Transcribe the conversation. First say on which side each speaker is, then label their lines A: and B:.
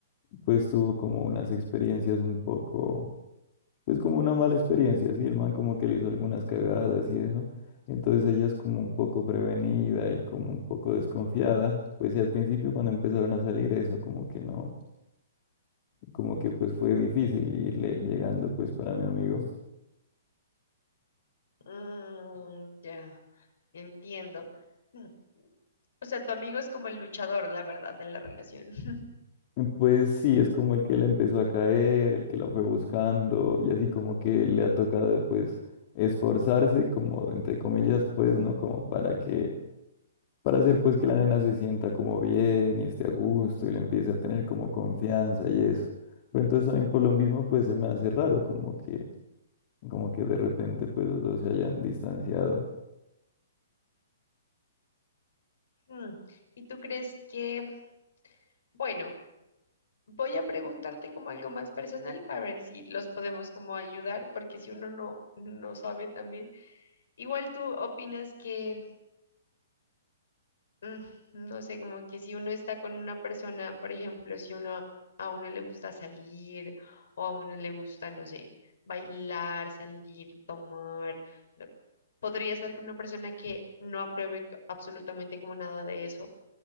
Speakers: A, on the left; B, on the left.
A: pues tuvo como unas experiencias un poco pues como una mala experiencia, sí el man como que le hizo algunas cagadas y eso. Entonces ella es como un poco prevenida y como un poco desconfiada, pues y al principio cuando empezaron a salir eso, como que no, como que pues fue difícil irle llegando pues para mi amigo.
B: Mm, ya. Entiendo. Mm. O sea, tu amigo es como el luchador, la verdad, de la relación. <laughs>
A: Pues sí, es como el que le empezó a caer, el que la fue buscando y así como que le ha tocado pues esforzarse como entre comillas pues, ¿no? Como para que para hacer pues que la nena se sienta como bien y esté a gusto y le empiece a tener como confianza y eso. Pero entonces también por lo mismo pues se me hace raro como que, como que de repente pues los dos se hayan distanciado.
B: Mm. ¿Y tú crees que, bueno, voy a preguntarte como algo más personal para ver si los podemos como ayudar, porque si uno no, no sabe también, igual tú opinas que... mm, no sé, como que si uno está con una persona, por ejemplo, si uno a uno le gusta salir o a uno le gusta, no sé, bailar, salir, tomar, no- ¿podría estar con una persona que no apruebe c- absolutamente como nada de eso?